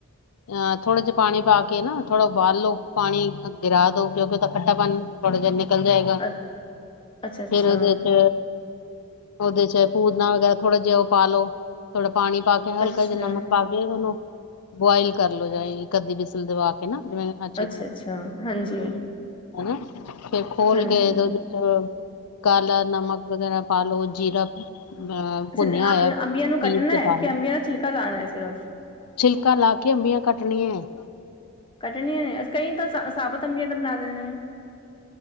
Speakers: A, on the left (about 90°); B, on the left (about 20°).
A: ਅਹ ਥੋੜੇ ਜਿਹੇ ਪਾਣੀ ਪਾ ਕੇ ਨਾ ਥੋੜਾ ਉਬਾਲ ਲੋੋ ਪਾਣੀ ਗਿਰਾ ਦੋ ਕਿਉਂਕਿ ਉਹ ਖੱਟਾ ਥੋੜਾ ਜਿਹਾ ਨਿਕਲ ਜਾਏਗਾ
B: ਅ ਅੱਛਾ ਅੱਛਾ
A: ਫੇਰ ਉਹਦੇ ਚ ਉਹਦੇ ਚ ਪੂਤਨਾ ਵਗੈਰਾ ਥੋੜਾ ਜਿਹਾ ਪਾ ਲੋ ਥੋੜਾ ਪਾਣੀ ਪਾ ਕੇ ਹਲਕਾ
B: ਅੱਛਾ
A: ਜਿੰਨਾ ਨਮਕ ਪਾ ਦੇਉ ਏਨੂੰ ਬੁਆਇਲ ਕਰਲੋ ਜਾਂ ਇੱਕ ਅੱਧੀ ਬਿਸਲ ਦਵਾ ਕੇ ਨਾ ਅੱਛੀ
B: ਅੱਛਾ
A: ਤਰ੍ਹਾਂ
B: ਅੱਛਾ ਹਾਂਜੀ
A: <unintelligible> ਫਿਰ ਖੋਲ
B: ਹਾਂਜੀ
A: ਕੇ ਉਹਦੇ ਚ ਕਾਲਾ ਨਮਕ ਵਗੈਰਾ ਪਾ ਲੋ ਜੀਰਾ ਅ
B: ਅੱਛਾ
A: ਭੁੰਨਿਆ ਹੋਇਆ ਪੀਸ
B: ਅੰਬੀਆਂ ਨੂੰ ਕੱਟਣਾ
A: ਤੇ
B: ਹੈ
A: ਪਾ
B: ਕਿ
A: ਲੋ
B: ਅੰਬੀਆਂ ਦਾ ਛਿਲਕਾ ਲਾਉਣਾ ਹੈ ਸਿਰਫ
A: ਛਿਲਕਾ ਲਾ ਕੇ ਅੰਬੀਆਂ ਕੱਟ ੁਣੀ <unintelligible>
B: ਕੱਟਣੀਆਂ ਨੇ ਕਈ ਤਾਂ ਸਾਬਤ ਤਮੀੀਆਂ ਦਾ ਬਣਾ ਦੇਣੇ